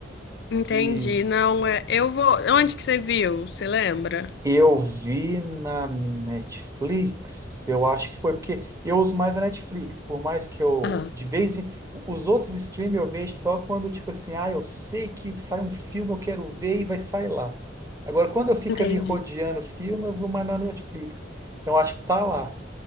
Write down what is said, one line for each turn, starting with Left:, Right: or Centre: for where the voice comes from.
Left: Entendi.
Right: E
Left: Não, é. Eu vou. Onde que você viu? Você lembra?
Right: Eu vi na Netflix, eu acho que foi, porque eu uso mais a Netflix, por mais que eu,
Left: Aham,
Right: de vez em, os outros streams eu vejo só quando, tipo assim, ah, eu sei que sai um filme, eu quero ver e vai sair lá. Agora, quando eu fico
Left: entendi.
Right: ali rodeando filme, eu vou mais na Netflix. Então, eu acho que tá lá.